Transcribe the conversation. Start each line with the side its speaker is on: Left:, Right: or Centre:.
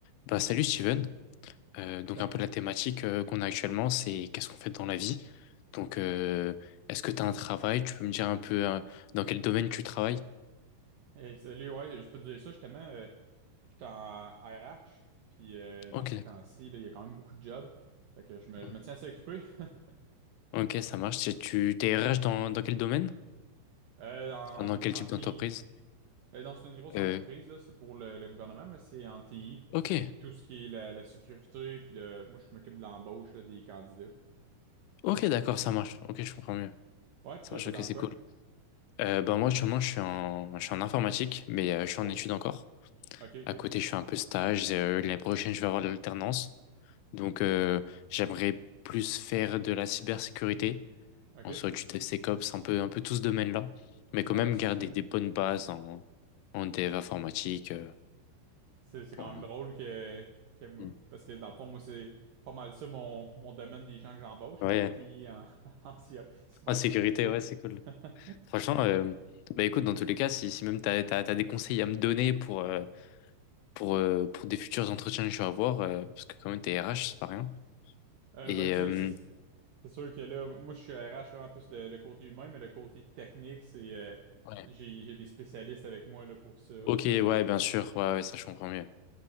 Left: Bah, salut Steven. Euh, donc
Right: Euh,
Left: un peu la thématique euh, qu'on a actuellement, c'est qu'est-ce qu'on fait dans la vie. Donc euh, est-ce que tu as un travail? Tu peux me dire un peu euh, dans quel domaine tu travailles?
Right: hey, salut, ouais, je peux te dire ça, justement, euh, j'étais en RH, puis euh,
Left: Ok,
Right: dans ces
Left: d'accord.
Right: temps-ci, là, il y a quand même beaucoup de jobs, fait que je me,
Left: ouais.
Right: je me tiens assez occupé <laughs>
Left: Ok, ça marche. Tu tu- t'es RH dans, dans quel domaine?
Right: Euh, en,
Left: Enfin, dans quel
Right: en
Left: type
Right: TI.
Left: d'entreprise?
Right: Euh, dans une grosse
Left: Euh,
Right: entreprise, là, c'est pour le, le gouvernement, mais c'est en TI,
Left: ok,
Right: tout ce qui est la, la sécurité, puis le, moi, je m'occupe de l'embauche là, des candidats.
Left: ok, d'accord, ça marche. Ok, je comprends mieux.
Right: Ouais, puis
Left: Ça
Right: toi,
Left: marche,
Right: t'es
Left: ok,
Right: dans
Left: c'est
Right: quoi?
Left: cool. Euh, bah, moi, actuellement, je suis en, je suis en informatique, mais euh, je suis
Right: Oh,
Left: en études encore.
Right: ok, ok,
Left: À côté, je fais un peu stage. Euh, l'année prochaine, je vais avoir de l'alternance. Donc, euh, j'aimerais plus faire de la cybersécurité,
Right: ok.
Left: en soit du DevSecOps, un peu, un peu tout ce domaine-là, mais quand
Right: Ah
Left: même
Right: bah, c'est
Left: garder
Right: <laughs>
Left: des bonnes bases en, en dev informatique. euh,
Right: C'est c'est
Left: pour-
Right: quand même drôle que, que moi-
Left: Mm.
Right: parce que dans le fond, moi, c'est pas mal ça mon, mon domaine des gens que j'embauche,
Left: Ouais,
Right: là, la TI en, <laughs> en cy- cybersécurité.
Left: en sécurité, ouais, c'est cool.
Right: <laughs>
Left: Franchement, euh, bah écoute, dans tous les cas, si, si même t'as, t'as, t'as des conseils à me donner pour, euh, pour, euh, pour des futurs entretiens que je vais avoir, euh, parce que quand même, t'es RH, c'est pas rien.
Right: Euh,
Left: Et,
Right: ben, tu sais,
Left: euh,
Right: c'est c'est sûr que là, moi, je suis RH, vraiment plus le, le côté humain, mais le côté technique, c'est euh,
Left: Ouais.
Right: j'ai j'ai des spécialistes avec moi là, pour ça. <laughs>
Left: Ok, ouais, bien sûr, ouais, ouais, ça, je comprends mieux.